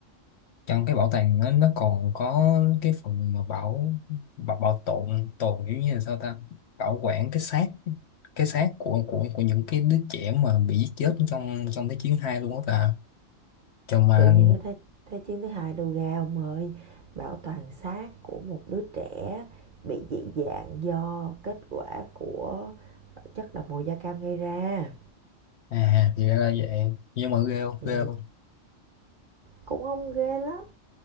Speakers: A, on the left; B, on the right.
A: trong cái bảo tàng nó nó còn có cái phần mà bảo bảo, bảo tồn tồn kiểu như là sao ta bảo quản cái xác cái xác của của của những cái đứa trẻ mà bị giết chết trong trong thế chiến hai luôn á ta cho mà
B: tự nhiên cái thế, thế chiến thứ hai đồ ga ông ơi bảo toàn xác của một đứa trẻ bị dị dạng do kết quả của chất độc màu da cam gây ra
A: à thì ra là vậy nhưng mà ghê không
B: ừ.
A: ghê không
B: cũng không ghê lắm